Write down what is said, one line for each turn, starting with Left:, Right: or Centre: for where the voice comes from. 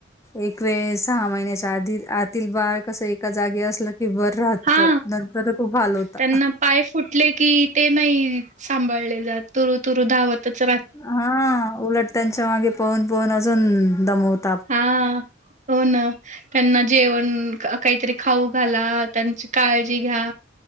Left: एकवेस सहा महिन्याच्या आधी आतील बाळ कसं एका जागी असलं फिवर राहत
Right: हां.
Left: नंतर खूप हाल होता
Right: त्यांना पाय फुटले की ते नाही सांभाळले जात तुरु तुरु धावतच
Left: हा उलट त्यांच्या मागे पहून पहून अजून दमवत
Right: हा हो ना त्यांना जेवण काहीतरी खाऊ घाला त्यांची काळजी घ्या